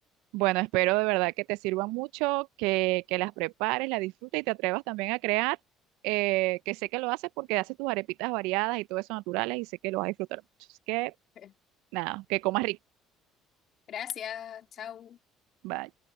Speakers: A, on the right (about 80°); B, on the left (about 60°).
A: Bueno, espero de verdad que te sirva mucho, que, que las prepares, las disfrutes y te atrevas también a crear, eh, que sé que lo haces porque haces tus arepitas variadas y todo eso naturales y sé que lo vas a disfrutar mucho. Así que
B: <laughs>
A: nada, que comas rico.
B: Gracias, chao.
A: Bye.